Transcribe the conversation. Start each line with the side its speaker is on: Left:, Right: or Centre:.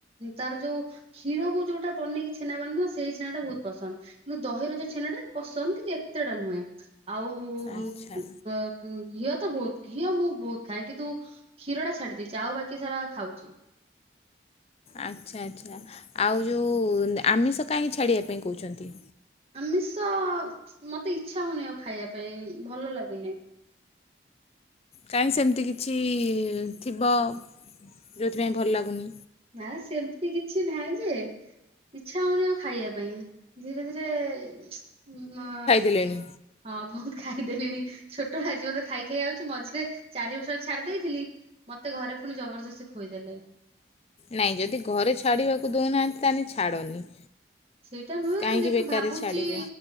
Right: ତାର ଯୋଉ କ୍ଷୀରକୁ ଯୋଉଟା ବନେଇକି ଛେନା ବନାହେଇଥିବ ସେଇ ଛେନାଟା ଭୋଉତ୍ ପସନ୍ଦ। କିନ୍ତୁ ଦହିର ଯୋଉ ଛେନଟା ପସନ୍ଦ କିନ୍ତୁ ଏତେଟା ହ୍ନୁ ଏଁ ଆଉ <inaudible> ଘିଅ
Left: ଆଚ୍ଛା
Right: ତ ବୋଉତ୍ ଘିଅ ମୁଁ ବୋଉତ୍ ଖାଏ କିନ୍ତୁ କ୍ଷୀରଟା ଛାଡି ଦେଇଛି ଆଉ ବାକି ବାକି ସାରା ଖାଉଚି।
Left: ଆଚ୍ଛା ଆଚ୍ଛା ଆଉ ଯୋଉ ଆମିଷ କାହିଁକି ଛାଡ଼ିବା ପାଇଁ କୋଉଚନ୍ତି?
Right: ଆମିଷ ମତେ ଇଚ୍ଛା ହୋଉନେଇଁ ଆଉ ଖାଇଆ ପାଇଁ ଭଲ ଲାଗୁନେଇଁ।
Left: କାହିଁକି ସେମ୍ତି କିଛି ଥିବ? ଯେଉଁଥିପାଇଁ ଭଲ ଲାଗୁନି
Right: ନା ସେମତି କିଛି ହ୍ନାଇଁ ଯେ ଇଚ୍ଛା ହୋଉନେଇଁ ଆଉ ଖାଇଆ ପାଇଁ। ଧୀରେ ଧୀରେ ନୂଆମ୍
Left: ପ୍ଲେନ୍।
Right: ହଁ ବହୁତ ଖାଇଦେଲେଣି ଛୋଟବେ‍ଆ ଯିବ ତ ଖାଇ ଖାଇ ଆାଉଛି ମଝିରେ ଚାରି ବର୍ଷ ଛାଡି ଦେଇଥିଲି ମତେ ଘରେ ପୁଣି ଜବରଦସ୍ତି ଖୋଇ ଦେଲେ
Left: ନାଇଁ ଯଦି ଘରେ ଛାଡିବାକୁ ଦଉନାହାନ୍ତି ତାହେଲେ ଛାଡ଼ନି
Right: ସେଇଟା ନୁହେଁ
Left: କାହିଁକି
Right: ଦେଖ
Left: ବେକାରରେ
Right: ଭାବୁଛି
Left: ଛାଡ଼ିବେ